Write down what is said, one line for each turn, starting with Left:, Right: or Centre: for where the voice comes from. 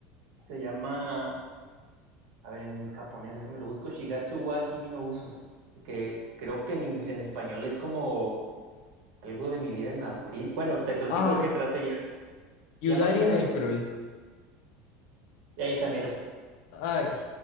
Right: Se llama, a ver, en japonés, déjame lo busco, Shigatsu wa Kimi no Uso, que creo que en, ing- en español es como algo de mi vida en abril. Bueno, te platico
Left: Ah,
Right: de qué trata ya,
Left: Yulari
Right: ya más o menos,
Left: en April.
Right: su- esa mero.
Left: Ay,